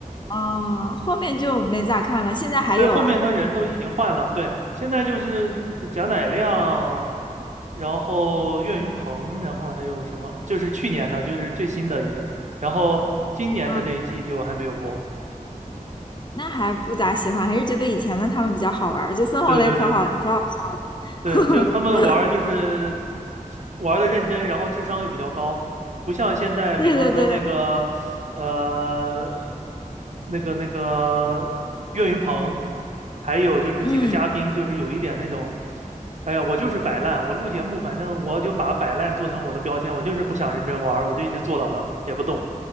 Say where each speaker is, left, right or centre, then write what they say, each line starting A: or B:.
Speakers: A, on the left (about 35°); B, on the right (about 55°).
A: 嗯，后面就没咋看了。现在还有啊？
B: 对，后面他人都已经换了，对，现在就是呃贾乃亮，然后岳云鹏，然后还有什么，就是去年的，就是最新的一个，然后今年的这一季就还没有播。
A: 嗯，那还不咋喜欢，还是觉得以前的他们比较好玩儿。就孙红雷可好可好笑了。
B: 对对对。对，就是他们玩儿就是
A: <laughs>
B: 玩的认真，然后智商又比较高，不像现在，
A: 对对对，
B: 比方说那个呃那个那个岳云鹏，还有就是几个嘉宾，
A: 嗯，
B: 就是有一点那种，哎呀，我就是摆烂，我录节目，反正我就把摆烂做成我的标签，我就是不想认真玩儿我就一直坐到那儿也不动，